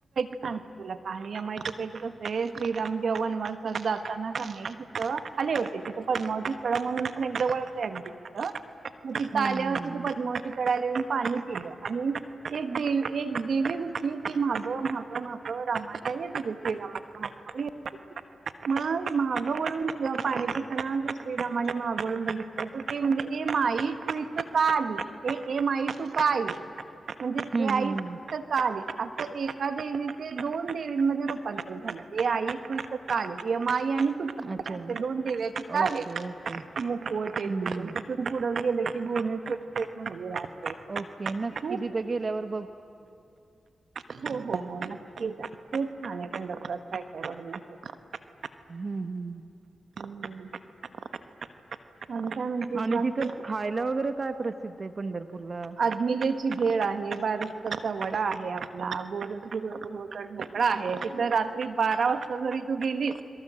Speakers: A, on the right (about 70°); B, on the right (about 50°).
A: सांग तुला कहाणी माहिती का कसं आहे श्रीराम जेव्हा वनवासाला जाताना कनै तिथं आले होते तिथं पण मम्हणून पण एक ज वळ आहे अगदी तिथं मग तिथं
B: हम्म
A: आल्यावरती
B: हम्म
A: तर
B: हम्म.
A: पद्मावतीकडे आली आणि पाणी पिलं आणि एक दे एक देवी होती ती मागं माग माग रामाच्या येत होती श्रीरामांच्या मागे आणि मग महागवळन पाणी पिताना श्री रामाने महागळून बघितलं तर ते म्हणजे माई तू इथं का आली ए ए माई तु का आली म्हणजे
B: हम्म
A: ते आई
B: हम्म हम्म
A: फक्त का आली एका देवीचे दोन देवींमध्ये रूपांतर झालं ए आई की कालेम आय आणि तू
B: अच्छा
A: े दोन दिव्याचेच
B: ओके
A: आहेत
B: ओके
A: मुकवटे
B: हम्म
A: तिथून
B: हम्म.
A: तिथून पुढं गेले की तिथे भुहनेश्वरीचा एक मंदिर आहे
B: ओके नक्की
A: खूप
B: तिथे गेल्यावर
A: हो हो हो नक्कीच खूप छान आहे पंढरपूरातकाय काय बघण्या सारखं
B: हम्म हम्म
A: हम्म स काय म्हण
B: आणि
A: बाकीकी
B: तिथं खायला वगैरे काय प्रसिद्ध आहे पंढरपूरला?
A: आदमी खेळ आहे बारसचा वडा आहे आपला गो ढकड आहे तिथ रात्री बारा वाजता जरी तू गेलीस